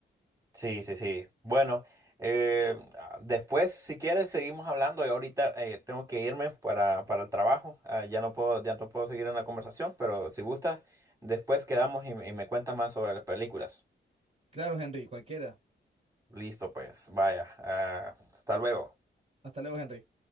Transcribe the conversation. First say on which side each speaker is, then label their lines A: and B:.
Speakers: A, on the right (about 15°); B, on the right (about 30°).
A: Sí, sí, sí. Bueno, eh, ah, después, si quieres, seguimos hablando. Yo ahorita eh, tengo que irme para, para el trabajo. Ah, ya no puedo, ya no puedo seguir en la conversación, pero si gustas, después quedamos y, y me cuentas más sobre las películas.
B: Claro, Henry, cualquiera.
A: Listo, pues, vaya. Ah, hasta luego.
B: Hasta luego, Henry.